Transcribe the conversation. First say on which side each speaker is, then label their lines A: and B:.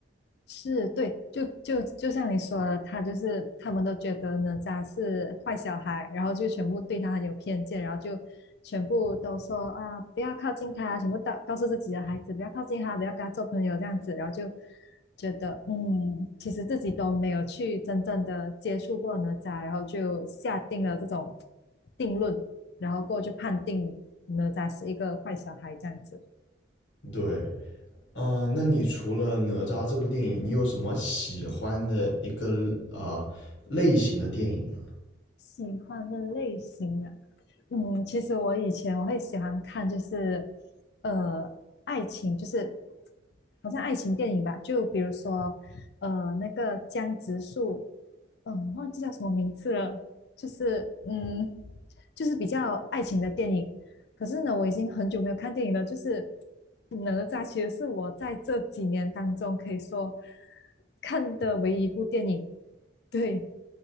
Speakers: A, on the left; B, on the left.
A: 是对，就就就像你说的，他就是他们都觉得哪吒是坏小孩，然后就全部对他很有偏见，然后就全部都说啊不要靠近他啊，全部告告诉自己的孩子不要靠近他，不要跟他做朋友这样子，然后就觉得嗯，其实自己都没有去真正的接触过哪吒，然后就下定了这种定论，然后过后就判定哪吒是一个坏小孩这样子。
B: 对。嗯、呃那你除了《哪吒》这部电影，你有什么喜欢的一个啊、呃类型的电影呢？
A: 喜欢的类型啊，嗯，其实我以前我会喜欢看，就是呃，爱情，就是好像爱情电影吧，就比如说呃，那个江直树，嗯，忘记叫什么名字了，就是嗯，就是比较爱情的电影。可是呢，我已经很久没有看电影了，就是哪吒其实是我在这几年当中可以说看的唯一一部电影。对，